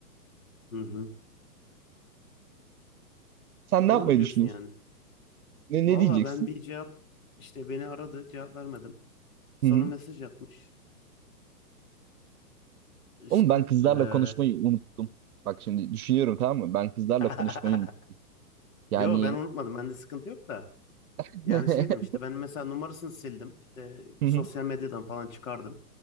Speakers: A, on the left; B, on the right.
A: Hı hı.
B: Sen ne
A: Doğru
B: yapmayı
A: diyorsun
B: düşünüyorsun?
A: yani.
B: Ne,
A: Valla
B: ne diyeceksin?
A: ben bir cevap işte beni aradı cevap vermedim. Sonra
B: Hı hı.
A: mesaj atmış. İşte
B: Oğlum ben kızlarla
A: eee
B: konuşmayı unuttum. Bak şimdi düşünüyorum tamam mı? Ben kızlarla
A: <laughs>
B: konuşmayı unuttum. Yani
A: yo ben unutmadım. Bende sıkıntı yok da.
B: <laughs>
A: Yani şey demişti ben mesela numarasını sildim. İşte
B: Hı
A: sosyal
B: hı,
A: medyadan falan çıkardım.